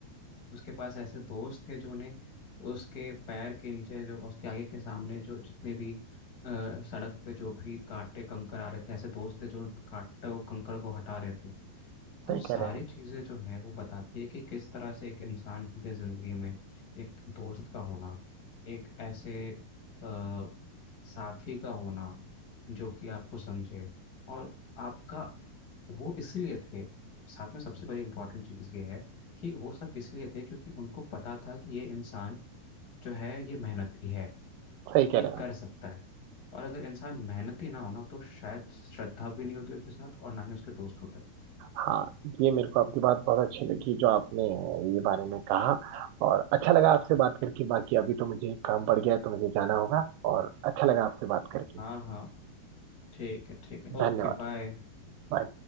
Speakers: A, on the left; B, on the right.
A: उसके पास ऐसे दोस्त थे जो उन्हें उसके पैर के नीचे जो उसके आगे के सामने जो जितने भी अ, सड़क पे जो भी कांटे कंकर आ रहे थे ऐसे दोस्त थे जो कांटे और कंकर को हटा रहे थे तो
B: सही
A: सारी
B: कह रहे हैं आप,
A: चीज़ें जो है वो बताती है कि किस तरह से एक इंसान के ज़िंदगी में एक दोस्त का होना एक ऐसे अ, साथी का होना जो कि आपको समझे और आपका वो इसलिए थे साथ में सबसे बड़ी इम्पोर्टेंट चीज़ ये है कि वो सब इसलिए थे क्योंकि उनको पता था कि ये इंसान जो है ये मेहनती है
B: सही कह
A: ये
B: रहे हैं
A: कर
B: आप।
A: सकता है और अगर इंसान मेहनती ना होना तो शायद श्रद्धा भी नहीं होती उसके साथ और ना ही उसके दोस्त होते
B: हाँ ये मेरे को आपकी बात बहुत अच्छी लगी जो आपने ये बारे में कहा और अच्छा लगा आपसे बात करके बाकी अभी तो मुझे काम पड़ गया है तो मुझे जाना होगा और अच्छा लगा आपसे बात करके
A: हाँ हाँ ठीक है ठीक है
B: धन्यवाद
A: ओके बाय
B: बाय